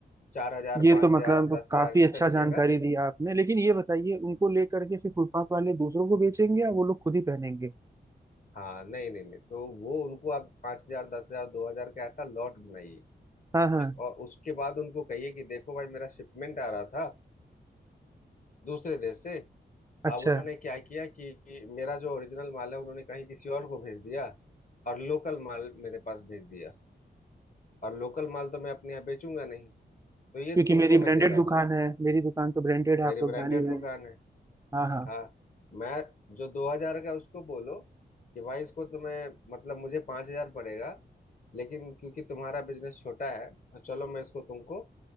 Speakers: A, on the left; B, on the right.
A: चार हजार
B: ये
A: पांच
B: तो मतलब
A: हजार दस
B: काफी
A: हजार इस
B: अच्छा
A: तरीके
B: जानकारी
A: का
B: दी आपने लेकिन ये बताइए उनको लेकर के फिर फुटपाथ वाले दूसरों को बेचेंगे या वो लोग खुद ही पहनेंगे
A: हाँ नहीं नहीं नहीं तो वो उनको आप पांच हजार दस हजार दो हजार का ऐसा लॉट बनाइए
B: हाँ हाँ
A: ठीक और उसके बाद उनको कहिए कि देखो भाई मेरा शिपमेंट आ रहा था दूसरे देश से
B: अच्छा
A: अब उन्होंने क्या किया कि मेरा जो ओरिजिनल माल है उन्होंने कहीं किसी और को भेज दिया और लोकल माल मेरे पास भेज दिया और लोकल माल तो मैं अपने यहाँ बेचूंगा नहीं तो ये
B: क्योंकि
A: तुमको
B: मेरी ब्रांडेड
A: मैं दे रहा
B: दुकान
A: हूँ
B: है मेरी दुकान तो ब्रांडेड है
A: मेरी
B: आप लोग
A: ब्रांडेड
B: जान ही रहे
A: दुकान
B: हैं
A: है
B: हाँ हाँ
A: हाँ मैं जो दो हजार का उसको बोलो कि भाई इसको तुम्हें मतलब मुझे पांच हजार पड़ेगा लेकिन क्योंकि तुम्हारा बिजनेस छोटा है तो चलो मैं इसको तुमको